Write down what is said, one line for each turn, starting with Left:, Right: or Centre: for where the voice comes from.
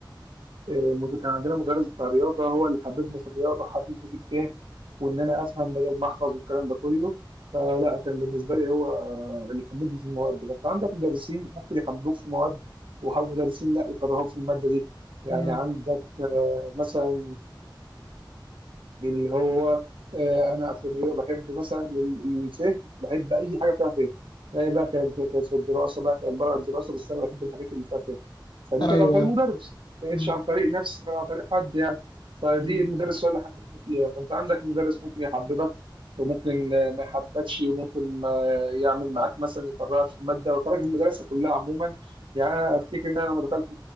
Right: مد- كان عندنا مدرس بتاع رياضة هو اللي حببني في الرياضة حببني في الفهم وإن أنا أفهم بدل ما أحفظ والكلام ده كله فلا كان بالنسبة لي هو اللي حببني في المواد دي فأنت عندك مدرسين ممكن يحببوك في مواد ومدرسين لا يكرهوك في المادة دي يعني
Left: امم
Right: عندك آه، مثلا اللي هو آه، انا في الرياضه بحب مثلا ال- الفهم بحب اي حاجه فيها فهم هي بقى كانت كانت في الدراسه بقى كانت بره الدراسه بس انا بحب الحاجات اللي فيها فهم فدي كانت
Left: ايوه
Right: عن طريق مدرس ما كانتش
Left: امم
Right: عن طريق نفس ولا عن طريق حد يعني فدي
Left: امم
Right: المدرس هو اللي حببني فيها فانت عندك مدرس ممكن يحببك وممكن آه، ما يحببكش وممكن آه، يعمل معاك مثلا يكرهك في الماده ويكرهك في المدرسه كلها عموما يعني انا افتكر ان انا لما دخلت